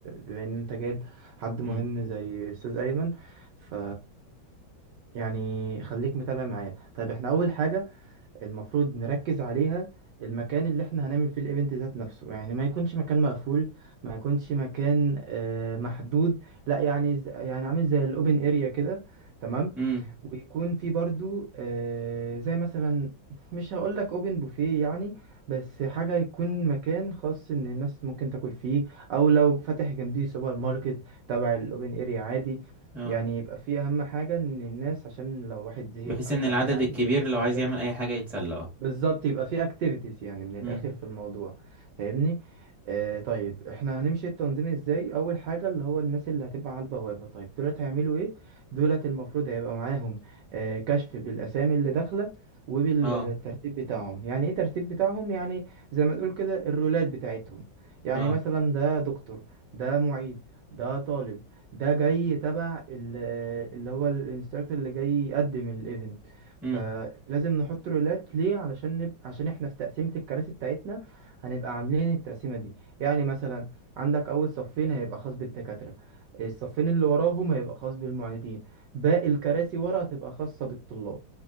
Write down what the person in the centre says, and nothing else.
امم
امم
اه
بحيث
ان العدد
الكبير
لو
عايز يعمل اي حاجه يتسلى اه
امم
اه
اه
امم